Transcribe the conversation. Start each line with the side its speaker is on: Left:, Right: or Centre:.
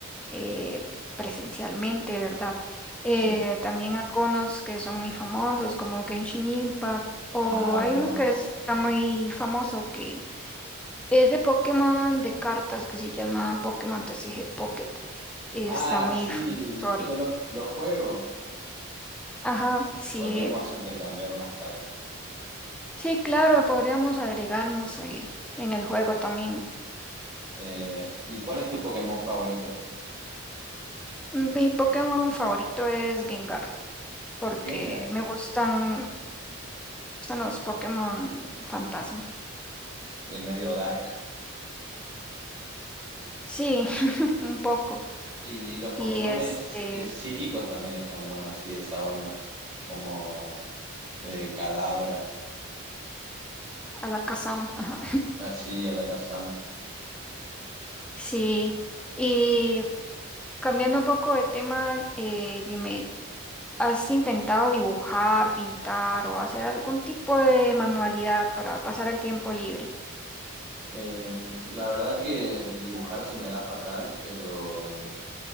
Centre: eh, presencialmente, ¿verdad? Eh,
Right: sí.
Centre: también algunos que son muy famosos como Genshin Impact o
Right: Ah, lo
Centre: hay
Right: conozco.
Centre: uno que está muy famoso que es de Pokémon de cartas que se llama Pokémon TCG Pocket. Está
Right: Ah,
Centre: muy
Right: sí,
Centre: famoso ahorita.
Right: yo lo, lo juego.
Centre: Ajá, sí,
Right: Podríamos intercambiar unas cartas.
Centre: Sí, claro, podríamos agregarnos eh, en el juego también.
Right: Eh, ¿y cuál es tu Pokémon favorito?
Centre: Mm, Mi Pokémon favorito es Gengar, porque
Right: Gengar,
Centre: me gustan, me gustan los Pokémon fantasma.
Right: eh, medio dark.
Centre: Sí, <laughs> un poco.
Right: Y los Pokémones
Centre: Y este,
Right: eh, psíquicos también están buenos, así de esa onda, como eh, Cadabra,
Centre: Alakazam. <laughs> ah,
Right: así Alakazam.
Centre: Sí. Y cambiando un poco de tema, eh, dime, ¿has intentado dibujar, pintar o hacer algún tipo de manualidad para pasar el tiempo libre?
Right: Eh, la verdad que dibujar se me da fatal, pero,